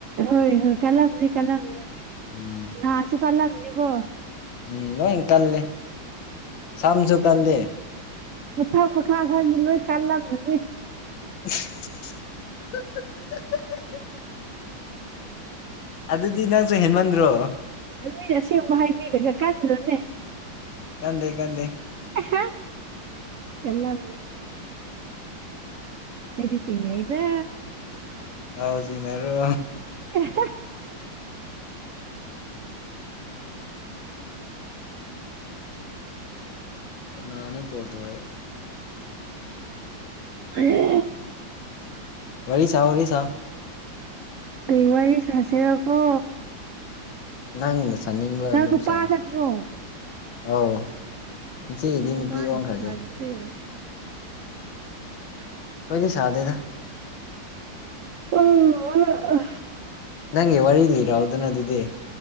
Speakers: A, on the right; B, on the left.
A: ꯍꯣꯏ ꯍꯣꯏ ꯀꯜꯂꯝꯅꯤ ꯀꯜꯂꯝꯅꯤ
B: ꯎꯝ
A: ꯅꯍꯥꯁꯨ ꯀꯜꯂꯝꯅꯤꯀꯣ
B: ꯎꯝ ꯂꯣꯏ ꯀꯜꯂꯦ ꯁꯝꯁꯨ ꯀꯜꯂꯦ
A: ꯃꯊꯛ ꯃꯈꯥ ꯈꯔꯗꯤ ꯂꯣꯏ ꯀꯥꯜꯂꯝꯃꯅꯤ
B: <unintelligible> ꯑꯗꯨꯗꯤ ꯅꯪꯁꯨ ꯍꯦꯟꯃꯟꯗ꯭ꯔꯣ
A: ꯃꯤꯅ ꯑꯁꯦꯡꯕ ꯍꯥꯏꯕꯤꯔꯒ ꯀꯟꯗ꯭ꯔꯣꯅꯦ
B: ꯀꯗ ꯀꯗ
A: ꯑꯦꯂ ꯂꯩꯗꯤꯁꯤꯡꯅꯦ ꯑꯩꯗ
B: ꯑꯥꯎ ꯆꯤꯡꯃꯔꯣ
A: ꯎꯝ
B: ꯀꯅꯥ ꯍꯥꯏꯟꯅ ꯀꯣꯜ ꯇꯧꯔꯛꯑꯦ
A: ꯎ
B: ꯋꯥꯔꯤꯔꯤ ꯁꯥ ꯑꯣꯏꯔꯤ ꯁꯥ
A: ꯀꯦ ꯋꯥꯔꯤ ꯆꯥꯁꯦ ꯑꯀꯣ
B: ꯅꯪꯅ ꯆꯥꯅꯤꯡꯕ ꯑꯗꯨꯝ
A: ꯅꯨꯄꯥ
B: ꯁꯥ
A: ꯅꯠꯇ꯭ꯔꯣ
B: ꯑꯧ ꯉꯁꯤꯒꯤꯗꯤ ꯅꯨꯄꯤ
A: ꯄꯥꯅꯅꯕꯁ
B: ꯑꯣꯟꯈ꯭ꯔꯒꯦ
A: ꯑꯗꯗꯤ
B: ꯀꯩ ꯁꯥ ꯑꯗꯦꯗ
A: ꯑꯣ
B: ꯅꯪꯒꯤ ꯋꯥꯔꯤ ꯂꯤꯔꯛꯑꯣꯗꯅ ꯑꯗꯨꯗꯤ